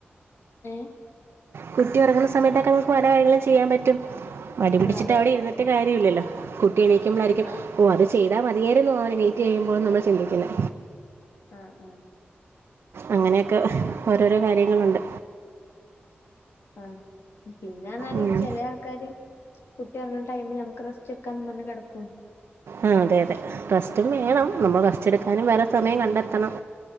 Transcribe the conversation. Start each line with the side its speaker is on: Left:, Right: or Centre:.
Left: ഏഹ്
Right: കുട്ടി ഉറങ്ങണ സമയത്തൊക്കെ നമുക്ക് പല കാര്യങ്ങളും ചെയ്യാൻ പറ്റും മടി പിടിച്ചിട്ട്
Left: ആഹ് അതെ
Right: അവിടെ ഇരുന്നിട്ട് കാര്യല്ലല്ലോ കുട്ടി എണീക്കുമ്പളായിരിക്കും
Left: ആഹ്
Right: ഓ അത് ചെയ്താ മതിയാരുന്നു അവനെണീറ്റ് ചെയ്യുമ്പോന്ന് നമ്മള് ചിന്തിക്കുന്നേ
Left: ആ ആ
Right: അങ്ങനെക്കെ ഓരോരോ കാര്യങ്ങളൊണ്ട്
Left: ആ പിന്നെന്നാല്
Right: ഉം.
Left: ചെല ആൾക്കാര് കുട്ടി ഒറങ്ങണ ടൈമില് നമുക്ക് റസ്റ്റ് എടുക്കാന്ന് പറഞ്ഞ് കെടക്കും
Right: ആ അതെ അതെ റസ്റ്റും വേണം നമ്മൾ റസ്റ്റ് എടുക്കാനും വേറെ സമയം കണ്ടെത്തണം